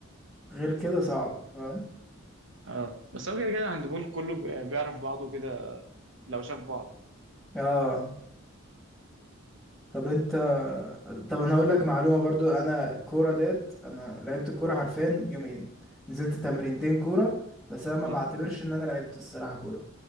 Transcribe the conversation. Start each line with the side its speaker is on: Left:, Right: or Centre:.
Centre: غير كده صعب فاهم
Right: اه بس هو كده كده الهاندبول كله بي- بيعرف بعضه كده لو شاف بعض
Centre: اه طب انت طب انا هقول لك معلومه برضو انا الكوره ديت انا لعبت الكوره حرفيا يومين نزلت تمرينتين كوره بس انا ما
Right: اه
Centre: بعتبرش ان انا لعبت الصراحه كوره